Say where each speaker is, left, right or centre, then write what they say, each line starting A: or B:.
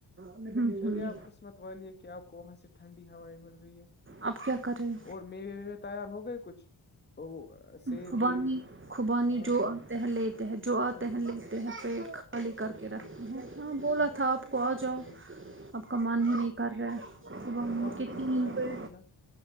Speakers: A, on the right; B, on the left.
A: ہوں
B: چلیے
A: ہوں
B: آپ قسمت والی ایک کیا آپ کو وہاں سے ٹھنڈی ہوائیں مل رہی ہے
A: اب کیا کریں
B: اور میرے ویے تیار ہو گئے کچھ تو وہ سیب
A: خبانی
B: ویب
A: خوبانی
B: ہاں
A: جو آتے ہے لیتے ہیں جو
B: اچھا
A: آتے ہیں لکھتے ہیں پیٹ خالی
B: اچھا
A: کر کے
B: ٹھیک
A: رکھتے ہیں ہاں بولا تھا آپ کو آ جاؤ
B: ھم
A: آپ کا من ہی نہیں کر رہا ہے صبح
B: وقت
A: ک
B: بھی ہونا چاہیے
A: پ
B: نا